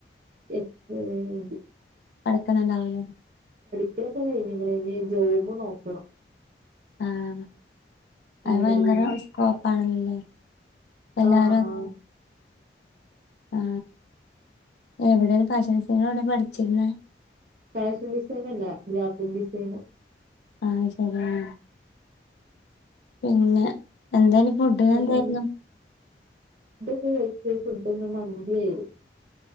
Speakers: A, on the right; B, on the left.
A: <unintelligible>
B: പഠിക്ക്ണണ്ടാവുല്ലെ
A: ക്കലൊക്കെ കഴിഞ്ഞ്ക്ക്ണ് ഇഞ്ഞ് ജോബ് നോക്കണം
B: ആഹ് അത്
A: ഇന്റർവ്യൂ
B: ഭയങ്കര റിസ്ക്കൊ പ്പാണല്ലേ അല്ല
A: ആഹ്
B: ആരാ
A: ആഹ്
B: ആ എവിടെണ് ഫാഷൻ ഡിസൈൻ പഠിച്ചിരുന്നെ
A: ഫാഷൻ ഡിസൈനല്ല ഗ്രാഫിക് ഡിസൈൻ
B: ആ ശരിയാണ് പിന്നെ എന്താണ് ഫുഡിന്
A: എന്നിട്ട്
B: എന്താരുന്നു
A: ഫുഡ്‌ കഴിച്ചോ ഫുഡിന്ന് മന്തിയാരുന്നു